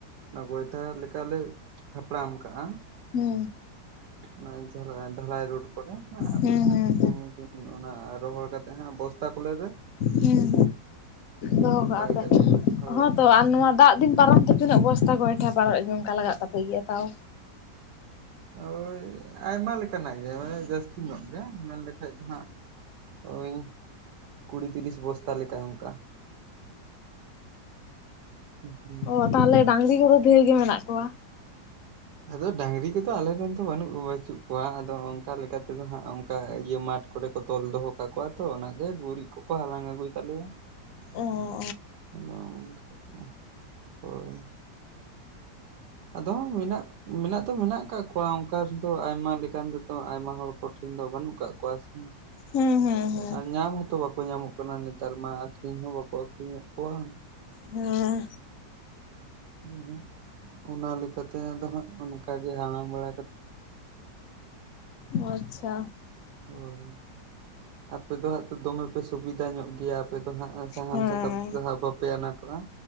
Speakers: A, on the right (about 70°); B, on the left (about 55°).
A: ᱚᱱᱟ ᱜᱚᱭᱴᱷᱟ ᱞᱮᱠᱟ ᱞᱮ ᱛᱷᱟᱯᱲᱟᱢ ᱠᱟᱜ-ᱟ᱾
B: ᱦᱩᱸ
A: ᱚᱱᱟ ᱡᱟᱨᱟᱭ ᱰᱷᱟᱞᱟᱭ ᱨᱳᱰ ᱠᱚᱨᱮ ᱦᱟᱸᱜ ᱟᱫᱚ
B: ᱦᱩᱸ
A: ᱦᱟᱸᱜ
B: ᱦᱩᱸ
A: ᱥᱤᱛᱩᱝ ᱫᱤᱱᱼᱼ ᱱᱚᱜ-ᱚᱱᱟ ᱨᱚᱦᱚᱲ ᱠᱟᱛᱮᱜ ᱦᱟᱸᱜ ᱵᱚᱥᱛᱟ ᱠᱚᱞᱮ ᱨᱮᱼᱼ
B: ᱦᱩᱸ ᱫᱚᱦᱚ ᱠᱟᱜ-ᱟ
A: ᱵᱟᱭ
B: ᱯᱮ
A: ᱠᱟᱛᱮᱫ ᱦᱳᱭ
B: ᱦᱚᱸ ᱛᱚ ᱟᱨ ᱱᱚᱣᱟ ᱫᱟᱜᱼᱼ ᱫᱤᱱ ᱯᱟᱨᱚᱢ ᱛᱮ ᱛᱤᱱᱟᱹᱜ ᱵᱚᱥᱛᱟ ᱜᱚᱭ ᱴᱷᱟ ᱯᱟᱨᱚᱢ ᱱᱚᱝᱠᱟ ᱞᱟᱜᱟ ᱛᱟᱯᱮ ᱜᱮᱭᱟ ᱛᱟᱣ?
A: ᱚᱻᱳᱭ ᱟᱭᱢᱟ ᱞᱮᱠᱟ ᱱᱟᱜ ᱜᱮ ᱢᱟᱱᱮ ᱡᱟᱹᱥᱛᱤ ᱧᱚᱜ ᱜᱮ ᱢᱮᱱ ᱞᱮᱠᱼᱼ ᱠᱷᱟᱡ ᱫᱚ ᱦᱟᱸᱜ ᱳᱭ ᱠᱩᱲᱤ ᱛᱤᱨᱤᱥ ᱵᱚᱥᱛᱟ ᱞᱮᱠᱟ᱾ ᱚᱱᱠᱟ ᱦᱩᱸ ᱦᱩᱸ
B: ᱚ ᱛᱟᱦᱚᱞᱮ ᱰᱟᱝᱨᱤ ᱠᱚ ᱰᱷᱤᱨ ᱜᱮ ᱢᱮᱱᱟᱜ ᱠᱚᱣᱟ᱾
A: ᱟᱫᱚ ᱰᱟᱝᱨᱤ ᱠᱚᱫᱚ ᱟᱞᱮᱨᱮᱱ ᱛᱚ ᱵᱟᱹᱱᱩᱜ ᱠᱚᱣᱟ᱾ ᱠᱚᱣᱟ ᱟᱫᱚ ᱚᱱᱠᱟ ᱞᱮᱠᱟᱛᱮᱫᱚ ᱦᱟᱸᱜ ᱚᱱᱠᱟ ᱤᱭᱟᱹ ᱢᱟᱴᱷ ᱠᱚᱨᱮ ᱠᱚ ᱛᱚᱞ ᱫᱚᱦᱚ ᱠᱟᱜ ᱠᱚᱣᱟ ᱛᱚ ᱚᱱᱟᱜᱮ ᱜᱩᱨᱤᱡ ᱠᱚᱠᱚ ᱦᱟᱞᱟᱝ ᱟᱹᱜᱩᱭ ᱛᱟᱞᱮᱭᱟ
B: ᱚ ᱚ
A: <unintelligible> ᱦᱳᱭ ᱟᱫᱚ ᱢᱮᱱᱟᱜ ᱢᱮᱱᱟᱜ ᱫᱚ ᱢᱮᱱᱟᱜ ᱟᱠᱟᱫ ᱠᱚ ᱚᱱᱠᱟ ᱨᱮᱫᱚ ᱟᱭᱢᱟ ᱞᱮᱠᱟᱱ ᱛᱮᱫᱚ ᱟᱭᱢᱟ ᱦᱚᱲ ᱠᱚᱴᱷᱮᱱ ᱫᱚ ᱵᱟᱹᱱᱩᱜ ᱠᱟᱜ ᱠᱚᱣᱟ ᱥᱮ
B: ᱦᱮᱸ ᱦᱩᱸ ᱦᱩᱸ
A: ᱟᱨ ᱧᱟᱢ ᱦᱚᱸᱛᱚ ᱵᱟᱠᱚ ᱧᱟᱢᱚᱜ ᱠᱟᱱᱟ ᱱᱮᱛᱟᱨ ᱢᱟ ᱟᱠᱷᱨᱤᱧ ᱦᱚᱸ ᱵᱟᱠᱚ ᱟᱠᱷᱨᱤᱧᱮᱫ ᱠᱚᱣᱟ
B: ᱦᱮᱸ
A: ᱫᱚ ᱦᱟᱸᱜ ᱚᱱᱟ ᱞᱮᱠᱟ ᱛᱮ ᱫᱚ ᱦᱟᱸᱜ ᱚᱱᱠᱟ ᱜᱮ ᱦᱟᱞᱟᱝ ᱵᱟᱲᱟ ᱠᱟᱛᱼᱼ
B: ᱟᱪᱪᱷᱟ
A: ᱦᱳᱭ ᱟᱯᱮ ᱫᱚ ᱦᱟᱸᱜ ᱛᱚ ᱫᱚᱢᱮ ᱯᱮ ᱥᱩᱵᱤᱫᱟ ᱧᱚᱜ ᱜᱮᱭᱟ ᱟᱯᱮ ᱦᱟᱸᱜ ᱥᱟᱦᱟᱱ
B: ᱦᱮᱸ
A: ᱥᱟᱠᱟᱢ ᱛᱮᱫᱚ ᱦᱟᱸᱜ ᱵᱟᱯᱮ ᱟᱱᱟᱴᱚᱜᱼᱟ᱾